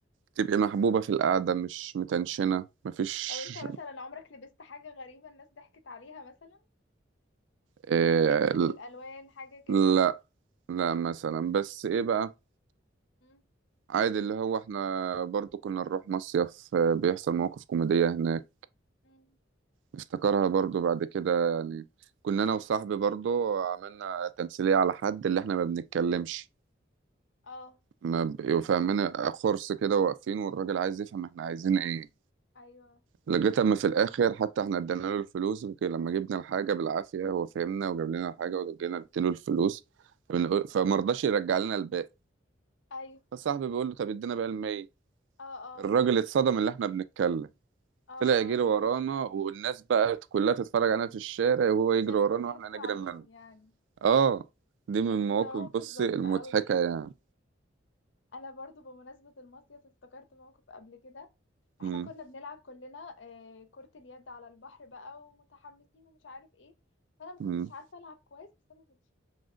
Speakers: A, on the right (about 70°); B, on the left (about 70°).
A: تبقي محبوبة في القعدة مش متنشنة مفيش
B: طب أنت مثلا عمرك لبست حاجة غريبة الناس ضحكت عليها مثلا
A: إيه
B: في اللبس في الألوان حاجة كده
A: لا لا مثلا بس ايه بقى
B: مم.
A: عادي اللي هو احنا برضو كنا نروح مصيف آه، بيحصل مواقف كوميدية هناك
B: مم.
A: نفتكرها برضو بعد كده يعني كنا انا وصاحبي برضو عملنا تمثيلية على حد اللي احنا ما بنتكلمش
B: اه
A: ما بقوا فاهمين خرص كده واقفين والراجل عايز يفهم احنا عايزين ايه
B: أيوه
A: لغايه اما في الاخر حتى احنا ادينا له الفلوس وك- لما جبنا الحاجه بالعافيه هو فهمنا وجاب لنا الحاجه ورجعنا اديله الفلوس فبنقول- فما رضاش يرجع لنا الباقي
B: أيوه
A: فصاحبي بيقول له طب ادينا بقى المية
B: اه اه
A: الراجل اتصدم اللي احنا بنتكلم
B: اه
A: طلع يجري ورانا والناس بقى كلها تتفرج علينا في الشارع وهو
B: عشان
A: يجري ورانا
B: انتوا ضحكتوا
A: واحنا نجري
B: عليهم
A: منه
B: يعني
A: اه دي من
B: أكيد
A: المواقف
B: ده موقف
A: بصي
B: ظريف
A: المضحكه
B: قوي
A: يعني
B: انا برضو بمناسبة المصيف افتكرت موقف قبل كده احنا
A: امم
B: كنا بنلعب كلنا آه، كرة اليد على البحر بقى ومتحمسين ومش عارف ايه فانا ما كنتش
A: امم
B: عارفة العب كويس بسبب الشبشب